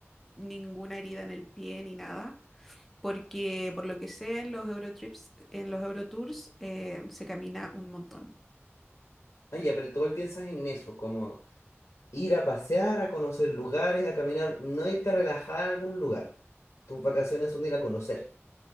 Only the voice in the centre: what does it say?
ninguna herida en el pie ni nada. Porque por lo que sé en los Eurotrips, en los Eurotours, eh, se camina un montón.